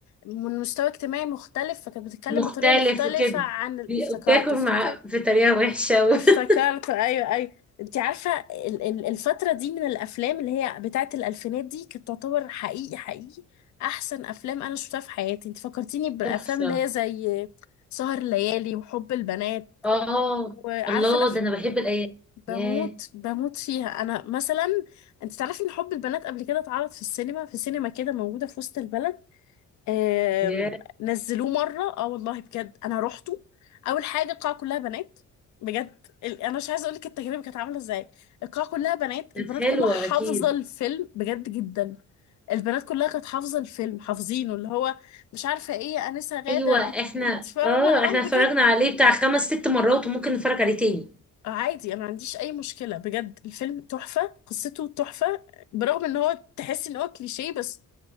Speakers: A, on the left; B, in the centre.
A: من مستوى اجتماعي مختلف فكانت بتتكلم
B: مختلف
A: بطريقة مختلفة
B: وكده
A: عن ال- افتكرته
B: بتاكل
A: افتكرته
B: مع في طريقة وحشة و-
A: افتكرته
B: <laughs>
A: ايوه ايوه انت عارفة ال- ال- الفترة دي من الافلام اللي هي بتاعت الالفينات دي كانت تعتبر حقيقي حقيقي احسن افلام انا شفتها في حياتي انت فكرتيني بالافلام
B: تحفة
A: اللي هي زي سهر الليالي وحب البنات
B: اه
A: وعارفه
B: الله
A: الأف...
B: ده انا بحب الايام
A: بموت
B: ياه
A: بموت فيها انا مثلا انت تعرفي ان حب البنات قبل كده اتعرض في السينما في سينما كده موجوده في وسط البلد آم...
B: ياه
A: نزلوه مره اه والله بجد انا روحته اول حاجه القاعه كلها بنات بجد ال... انا مش عايزه اقول لك التجربه كانت عامله ازاي القاعه كلها بنات
B: كانت
A: البنات
B: حلوه
A: كلها حافظه
B: اكيد
A: الفيلم بجد جدا البنات كلها كانت حافظه الفيلم حافظينه اللي هو مش عارفه ايه انسه غاده
B: ايوه احنا
A: انت, انت فاهمه
B: اه
A: اه
B: احنا اتفرجنا
A: بجد
B: عليه بتاع خمس ست مرات وممكن نتفرج عليه تاني
A: عادي انا ما عنديش اي مشكله بجد الفيلم تحفه قصته تحفه برغم ان هو تحس ان هو كليشيه بس